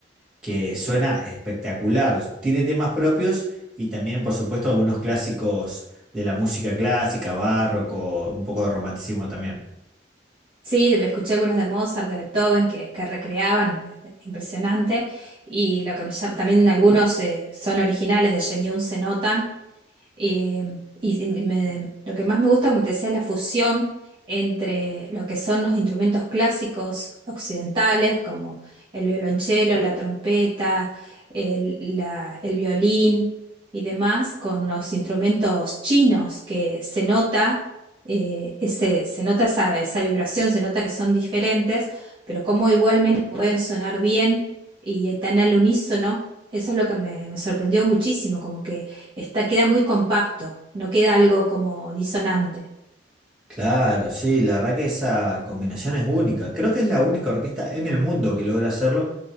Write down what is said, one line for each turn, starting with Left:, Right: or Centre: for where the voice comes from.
Centre: que suena espectacular. Tiene temas propios y también, por supuesto, algunos clásicos de la música clásica, barroco, un poco de romanticismo también.
Right: Sí, de- escuché algunos de Mozart, de Beethoven que, que recreaban, eh, impresionante. Y lo que me llama- también algunos eh, son originales de Shenyun, se notan. Eh, y y me- lo que más me gusta, como te decía, es la fusión entre lo que son los instrumentos clásicos occidentales, como el violonchelo, la trompeta, el, la- el violín y demás, con los instrumentos chinos, que se nota, eh, ese, se nota esa, esa vibración, se nota que son diferentes, pero como igualmente pueden sonar bien y tan al unísono. Eso es lo que me me sorprendió muchísimo, como que está, queda muy compacto, no queda algo como disonante.
Centre: Claro, sí, la verdad que esa combinación es única. Creo que es la única orquesta en el mundo que logra hacerlo,